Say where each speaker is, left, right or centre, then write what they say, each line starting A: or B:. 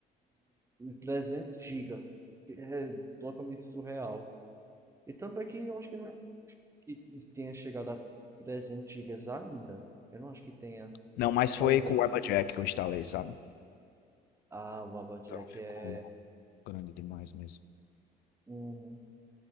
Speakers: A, on the right; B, on the left.
A: 300 gigas que É totalmente surreal. E tanto é que eu acho que não que tenha chegado a 300 gigas ainda. Eu não acho que tenha.
B: Não, mas foi
A: Talvez.
B: com o Warpajack que eu instalei, sabe?
A: Ah, o Applejack
B: Então ficou
A: é.
B: grande demais mesmo.
A: Uhum.